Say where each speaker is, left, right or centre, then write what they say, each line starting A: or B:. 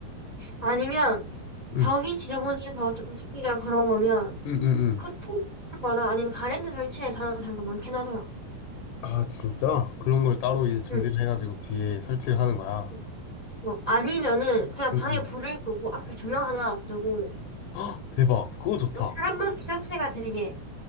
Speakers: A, on the left; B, on the left.
A: 아니면
B: 응,
A: 벽이 지저분해서 조금 찢기다 그런 거면
B: 응, 응, 응.
A: 커튼 거나 아니면 가랜드 설치해서 하는 사람도 많긴 하더라.
B: 아, 진짜? 그런 걸 따로 이제 준비를
A: 응.
B: 해가지고 뒤에 설치를 하는 거야.
A: 응. 뭐 아니면은 그냥
B: 응,
A: 방에
B: 응.
A: 불을 끄고 앞에 조명 하나 놔두고
B: 헉, 대박. 그거 좋다.
A: 뭐 사람만 피사체가 되게